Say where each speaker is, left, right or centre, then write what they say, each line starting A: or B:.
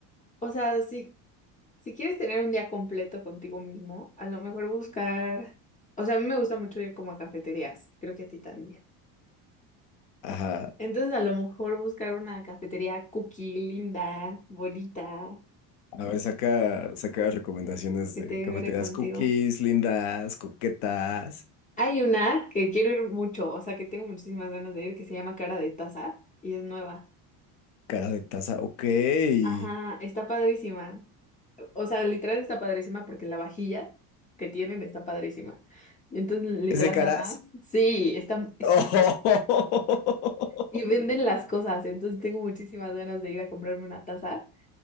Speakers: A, on the left; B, on the left.
A: O sea, si, si quieres tener un día completo contigo mismo, a lo mejor buscar, o sea, a mí me gusta mucho ir como a cafeterías, y creo que a ti también.
B: ajá,
A: Entonces, a lo mejor buscar una cafetería cookie linda, bonita,
B: a ver, saca, saca recomendaciones
A: que
B: de
A: te lleve
B: cafeterías
A: contigo.
B: cookies, lindas, coquetas,
A: Hay una que quiero ir mucho, o sea, que tengo muchísimas ganas de ir, que se llama Cara de Taza y es nueva.
B: cara de taza, ok. ¿Es
A: Ajá, está padrísima. O sea, literal está padrísima porque la vajilla que tienen está padrísima. Entonces, literal
B: de caras?
A: nada más. Sí, están, están
B: <laughs>
A: pre- y venden las cosas, entonces tengo muchísimas ganas de ir a comprarme una taza.